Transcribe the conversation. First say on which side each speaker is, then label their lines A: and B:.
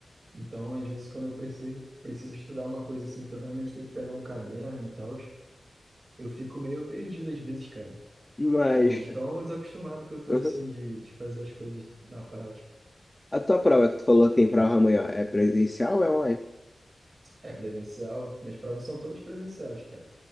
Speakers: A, on the right; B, on the left.
A: Então, às vezes, quando eu preciso, preciso estudar uma coisa assim, que eu realmente tenho que pegar um caderno e tal, eu fico meio perdido às vezes, cara.
B: Mas,
A: Tipo, de tão desacostumado que eu tô,
B: uhum.
A: assim, de, de fazer as coisas na prática.
B: A tua prova que tu falou que tem prova amanhã é presencial ou é online?
A: É presencial. Minhas provas são todas presenciais, cara.